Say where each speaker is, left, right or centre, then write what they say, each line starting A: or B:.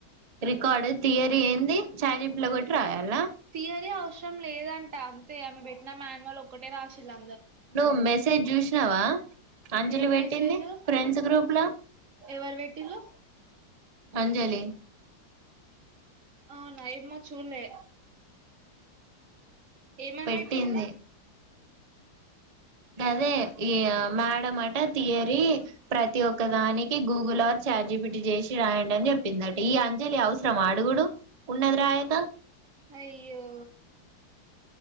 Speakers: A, on the right; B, on the right.
A: రికార్డ్ థియరీ ఏంది చాట్జీప్ లో కొట్టి రాయాలా?
B: థియరీ అవసరం లేదంట అంతే ఆమె పెట్టిన మ్యాన్యువల్ ఒక్కటే రాసిల్లా
A: నువ్వు మెసేజ్ జూసినావా అంజలి
B: ఏ
A: పెట్టింది
B: మెసేజ్
A: ఫ్రెండ్స్ గ్రూప్లా
B: ఎవరు పెట్టిల్లు
A: అంజలి
B: ఆ నైడ్మా చూల్లే ఏమనిపెట్టింది?
A: పెట్టింది అదే ఈ మేడం అట థియరీ ప్రతి ఒక్కదానికి గూగుల్ ఆర్ జె చాట్జీపిటి జేసి రాయండి అని చెప్పిందట ఈ అంజలి అవసరమా అడుగుడు ఉన్నది రాయక
B: అయ్యో